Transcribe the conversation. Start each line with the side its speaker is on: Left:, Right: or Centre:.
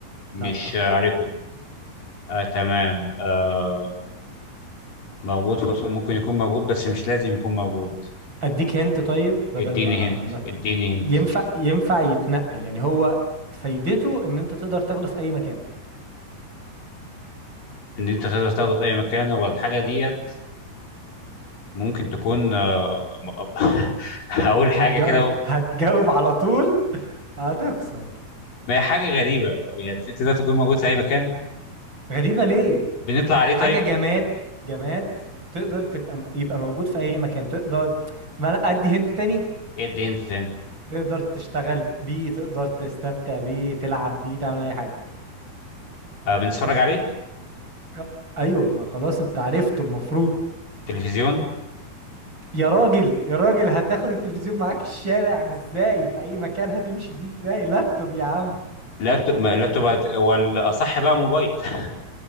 Left: مش
Right: لا لا
Left: عليه كتب آه تمام آه موجود في أوضة النوم. ممكن يكون موجود بس مش لازم يكون موجود
Right: اديك هنت طيب بدل
Left: اديني
Right: ما
Left: هنت
Right: ما-
Left: اديني هنت
Right: ينفع ينفع يتنقل يعني هو فايدته ان انت تقدر تاخده في اي مكان
Left: ان انت تقدر تاخده في اي مكان والحاجه ديت ممكن تكون آه، <laughs> م- هقول حاجه
Right: ما تجا...
Left: كده
Right: <laughs> هتجاوب على طول هتخسر
Left: ما هي حاجه غريبه يعني تقدر تكون موجود في اي مكان
Right: غريبة ليه
Left: بنطلع عليه
Right: حاجة
Left: طيب
Right: جماد جماد تقدر تبقى يبقى موجود في اي مكان تقدر ما لا ادي هنت تاني
Left: ايه ادي انت تاني
Right: تقدر تشتغل بيه تقدر تستمتع بيه تلعب بيه تعمل اي حاجة
Left: آه بنتفرج عليه
Right: أ- ايوه ما خلاص انت عرفته المفروض
Left: تلفزيون
Right: يا راجل يا راجل هتاخد التلفزيون معاك الشارع ما ازاي في اي مكان هتمشي بيه ازاي لابتوب يا عم
Left: لابتوب ما- لابتوب ولا اصح بقى موبايل <laughs>